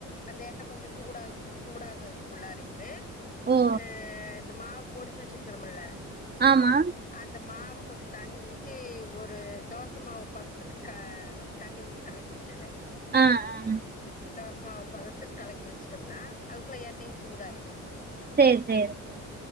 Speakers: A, on the left (about 30°); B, on the right (about 30°).
A: அந்த எண்ணெ கொஞ்சோ சூடாகும் சூடாககுள்ளாரைமே
B: ஓ
A: அ இந்த மாவு பொடிச்சு வச்சிருக்கிறோம்முல்ல
B: ஆமா
A: அந்த மாவ கொஞ்சோ தண்ணி ஊத்தி ஒரு தோச மாவு பதத்துக்கு க தண்ணி ஊத்தி கலக்கி வச்சிருவ
B: ஆ அ
A: தோசைமா பதத்துக் கலக்கி வச்சுட்டம்னா அதுக்குள்ள எண்ணெயு சூடாய்ரு
B: சேர் சேரித்த